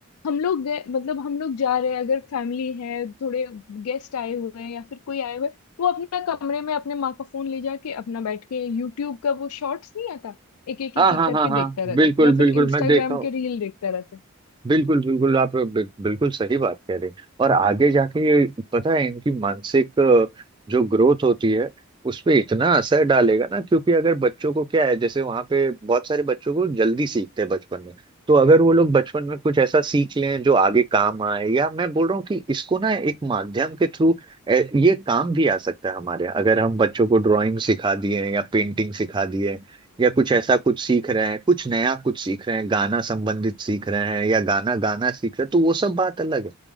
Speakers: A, on the left; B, on the right.
A: हम लोग गए मतलब हम लोग जा रहे हैं अगर फैमिली है थोड़े गेस्ट आए हुए हैं या फिर कोई आए हुए हैं, वो अपना कमरे में अपने माँ का फोन ले जाके अपना बैठ के यूट्यूब का वो शॉर्ट्स नहीं आता एक एक
B: हाँ
A: एक एक
B: हाँ
A: करके
B: हाँ हाँ
A: देखता रहता
B: बिल्कुल
A: है या फिर
B: बिल्कुल
A: इंस्टाग्राम
B: मैं देखा
A: के रील देखता रहता है
B: बिल्कुल बिल्कुल आप बिल- बिल्कुल सही बात कह रहे हैं और आगे जाके ये पता है इनकी मानसिक अ, जो ग्रोथ होती है उस पे इतना असर डालेगा ना क्योंकि अगर बच्चों को क्या है जैसे वहां पे बहुत सारे बच्चों को जल्दी सीखते हैं बचपन में तो अगर वो लोग बचपन में कुछ ऐसा सीख लें जो आगे काम आए या मैं बोल रहा हूँ कि इसको ना एक माध्यम के थ्रू ये काम भी आ सकता है हमारे यहाँ। अगर हम बच्चों को ड्राइंग सिखा दिए या पेंटिंग सिखा दिए या कुछ ऐसा कुछ सीख रहे हैं कुछ नया कुछ सीख रहे हैं गाना संबंधित सीख रहे हैं या गाना गाना सीख रहे हैं तो वो सब बात अलग है